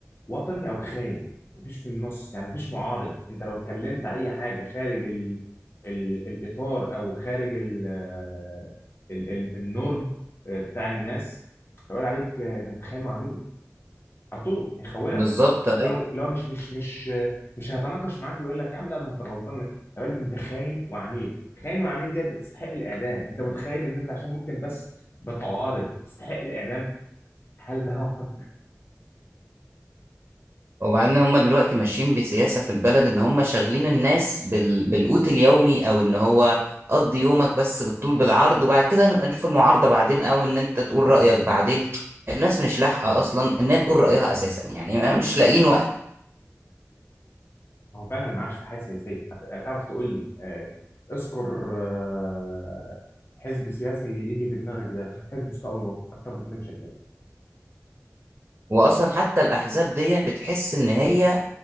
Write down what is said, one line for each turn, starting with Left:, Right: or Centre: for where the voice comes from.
Left: وطني أو خاين مفيش في النص يعني مفيش معارض أنت لو اتكلمت أي حاجة خارج ال ال الإطار أو خارج ال آه، ال ال النورم آه، بتاع الناس هيقول عليك آه، ده أنت خاين وعميل على طول هيخونك
Right: بالظبط أيوة.
Left: لو لو مش مش مش مش هيتناقش معاك ويقول لك يا عم لا ده انت غلطان هيقول لك انت خاين وعميل خاين وعميل ديت بتستحق الاعدام انت متخيل ان انت عشان ممكن بس بتعارض تستحق الاعدام هل ده واقع
Right: وبعدين هم دلوقتي ماشيين بسياسة في البلد ان هم شاغلين الناس بال... بالقوت اليومي او ان
Left: بالظبط
Right: هو قضي يومك بس بالطول بالعرض وبعد كده نبقى نشوف المعارضة بعدين او ان انت تقول رأيك بعدين الناس مش لاحقة اصلا انها تقول رأيها اساسا يعني ما- مش لاقيين وقت
Left: ما هو فعلا ما عادش في حاجه سياسيه تعرف تقول لي آه، اذكر آه، حزب سياسي يجي في دماغك ده حزب مستقبل الوطن اكتر من كده مش هتلاقي
Right: واصلا حتى الاحزاب دي بتحس ان هي